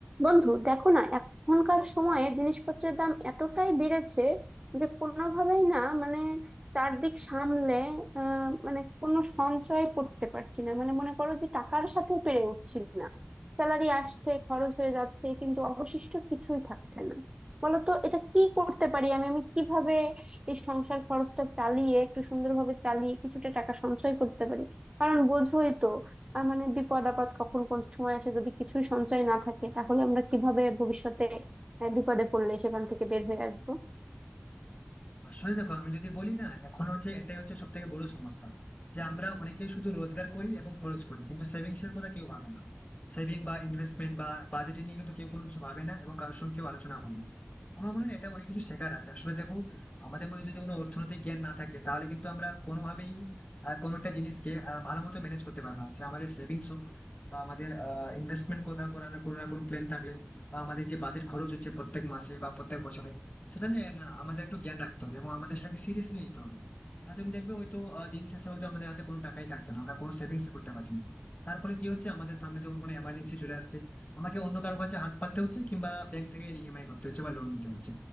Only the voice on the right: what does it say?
বন্ধু দেখো না এখনকার সময়ে জিনিসপত্রের দাম এতটাই বেড়েছে যে কোনোভাবেই না মানে চারদিক সামলে আহ মানে কোনো সঞ্চয় করতে পারছি না মানে মনে করো যে টাকার সাথে পেরে উঠছি না স্যালারি আসছে খরচ হয়ে যাচ্ছে কিন্তু অবশিষ্ট কিছুই থাকছে না বলতো এটা কি করতে পারি আমি আমি কিভাবে এই সংসার খরচটা চালিয়ে একটু সুন্দরভাবে চালিয়ে কিছুটা টাকা সঞ্চয় করতে পারি কারণ বোঝোই তো আহ, মানে বিপদ আপদ কখন কোন সময় আসে যদি কিছুই সঞ্চয় না থাকে তাহলে আমরা কিভাবে ভবিষ্যতে আহ, বিপদে পড়লে সেখান থেকে বের হয়ে আসবো